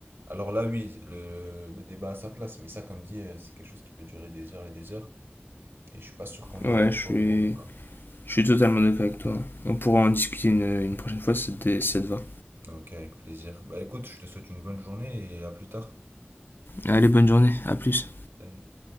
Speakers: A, on the right; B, on the left.
A: alors là, oui, le, le débat a sa place, mais ça, comme dit, euh, c'est quelque chose qui peut durer des heures et des heures, et je suis pas sûr qu'on ait
B: Ouais,
A: autant
B: je
A: de
B: suis,
A: temps devant nous, quoi.
B: je suis totalement d'accord avec toi. On pourra en discuter une, une prochaine fois si ça te- si ça te va.
A: Ok, avec plaisir. Bah écoute, je te souhaite une bonne journée et à plus tard.
B: Allez, bonne journée. À plus.
A: Salut.